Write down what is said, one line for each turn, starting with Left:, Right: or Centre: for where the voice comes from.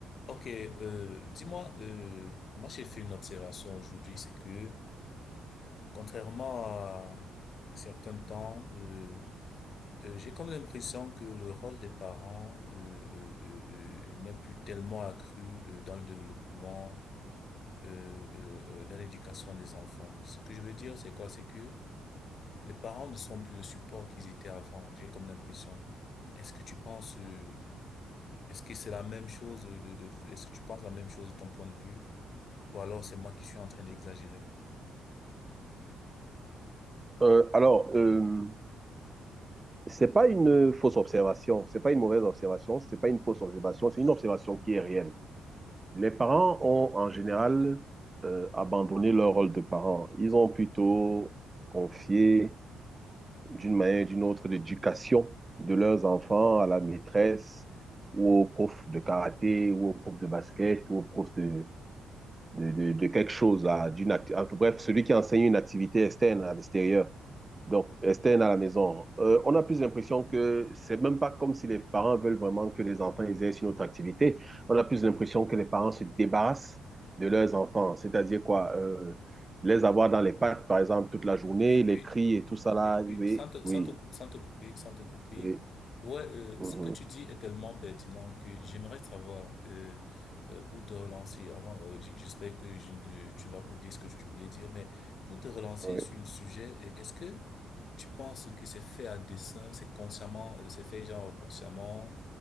Left: Ok, euh, dis-moi, euh, moi j'ai fait une observation aujourd'hui, c'est que contrairement à un certain temps, euh, euh, j'ai comme l'impression que le rôle des parents euh, euh, euh, euh, n'est plus tellement accru euh, dans le développement, euh, euh, euh, dans l'éducation des enfants. Ce que je veux dire, c'est quoi? C'est que les parents ne sont plus le support qu'ils étaient avant, j'ai comme l'impression. Est-ce que tu penses, euh, est-ce que c'est la même chose de, de, de- de- est-ce que tu penses la même chose de ton point de vue? Ou alors c'est moi qui suis en train d'exagérer.
Right: Euh, alors, euh, c'est pas une fausse observation, c'est pas une mauvaise observation, c'est pas une fausse observation, c'est une observation qui est réelle. Les parents ont en général euh, abandonné leur rôle de parents. Ils ont plutôt confié d'une manière ou d'une autre l'éducation de leurs enfants à la maîtresse ou au prof de karaté ou au prof de basket ou au prof de, de, de, de quelque chose, là, d'une acti- enfin, bref, celui qui enseigne une activité externe à l'extérieur. Donc, externe à la maison, euh, on a plus l'impression que c'est même pas comme si les parents veulent vraiment que les enfants exercent une autre activité. On a plus l'impression que les parents se débarrassent de leurs enfants. C'est-à-dire quoi? euh, les avoir dans les parcs, par exemple, toute la journée,
Left: Oui,
Right: les
Left: oui,
Right: cris et tout ça
Left: oui,
Right: là.
Left: oui,
Right: Oui,
Left: sans te, sans
Right: oui,
Left: te, cou- sans te couper, sans te couper.
Right: oui.
Left: Ouais, euh,
Right: mhm,
Left: ce que tu dis est tellement pertinent que j'aimerais savoir, euh, euh, pour te relancer, avant, euh, j- j'espère que je ne- tu ne vas pas oublier ce que tu voulais dire, mais pour te relancer
Right: oui.
Left: sur le sujet, e- est-ce que tu penses que c'est fait à dessein, c'est consciemment, euh, c'est fait genre consciemment,